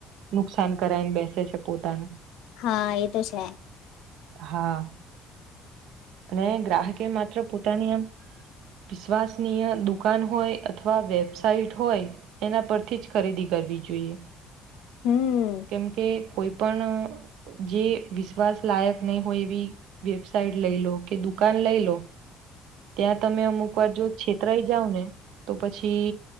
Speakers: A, on the right; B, on the left.
A: નુકસાન કરાઈને બેસે છે પોતાનું.
B: હા એ તો છે.
A: હા. અને ગ્રાહકે માત્ર પોતાની આમ વિશ્વાસનીય દુકાન હોય અથવા વેબસાઇટ હોય એના પરથી જ ખરીદી કરવી જોઈએ.
B: હમ.
A: કેમકે કોઈ પણ જે વિશ્વાસ લાયક નહીં હોય એવી વેબસાઇટ લઈ લો કે, દુકાન લઈ લો ત્યાં તમે અમુકવાર જો છેતરાઈ જાવને તો પછી